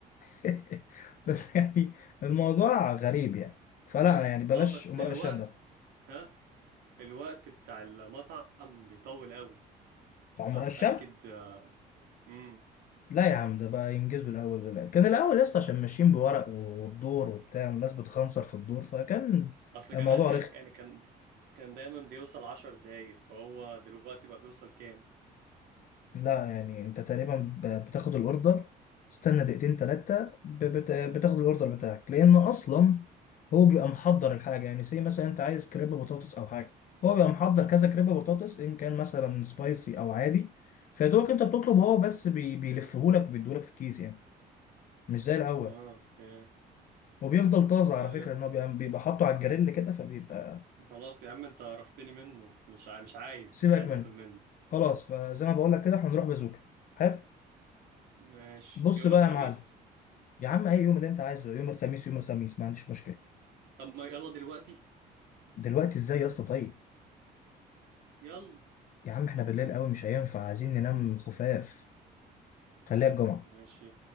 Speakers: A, on the left; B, on the right.
A: <laughs> بس يعني الموضوع غريب يعني فلا يعني بلاش
B: آه بس
A: امراء
B: الوقت
A: الشام ده
B: ها الوقت بتاع المطعم بيطول قوي
A: بتاع
B: فتأكد
A: امراء الشام
B: امم
A: لا يا عم ده بقى ينجزوا الاول دلوقتي كان الاول لسه عشان ماشيين بورق والدور وبتاع والناس بتخنصر في الدور فكان
B: اصل
A: الموضوع
B: كان اخر
A: رخم
B: يعني كان كان دايما بيوصل عشر دقايق فهو دلوقتي بقى بيوصل كام
A: لا يعني انت تقريبا ب- بتاخد الاوردر استنى دقيقتين تلاتة
B: مم.
A: ب- بت- بتاخد الاوردر بتاعك لانه اصلا هو بيبقى محضر
B: مم.
A: الحاجة يعني زي مثلا انت عايز كريب بطاطس او حاجة هو بيبقى محضر كذا كريب بطاطس ان كان مثلا سبايسي او عادي فيدوبك انت بتطلب هو بس بي- بيلفهولك وبيديهولك في الكيس يعني مش زي الاول
B: اه اوكي
A: وبيفضل طازة
B: طب
A: على فكرة
B: يا عم
A: ان هو بيبقى بيبقى حاطه على الجريل كده فبيبقى
B: خلاص يا عم انت عرفتني منه مش ع... مش عايز
A: سيبك
B: مش عايز
A: منه
B: اكل منه
A: خلاص فزي ما بقول لك كده احنا هنروح بازوكا حلو
B: ماشي
A: بص
B: يوم
A: بقى
B: الخميس
A: يا معلم يا عم اي يوم اللي انت عايزه يوم الخميس يوم الخميس ما عنديش مشكله
B: طب ما يلا دلوقتي
A: دلوقتي ازاي يا اسطى طيب
B: يلا
A: يا عم احنا بالليل قوي مش هينفع عايزين ننام خفاف خليها الجمعه
B: ماشي